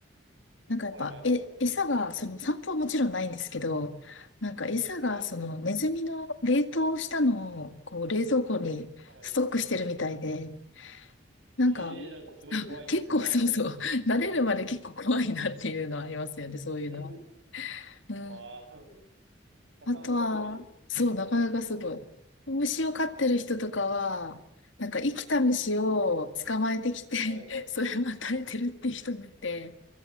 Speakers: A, on the left; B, on the right.
A: なんかやっぱ、
B: はい、はい、はい、
A: え、
B: はい。
A: 餌が、その散歩はもちろんないんですけど、なんか餌が、
B: はい。
A: そのネズミの冷凍したのを、こう冷蔵庫にストックしてるみたいで、
B: はい。
A: なんか、
B: ええーなんかすごい怖いですね。
A: 結構そうそう、
B: はい。
A: 慣れるまで結構怖いなっていうのはありますよね、そういうのは。
B: <laughs>
A: うん。
B: わあ、なかなかすごいですね。
A: あとは、そう、
B: ヘビ。
A: なかなかすごい。
B: はい。
A: 虫を飼ってる人とかは、
B: はい。
A: なんか生きた虫を捕まえてきてそれを与えてるっていう人もいて、
B: は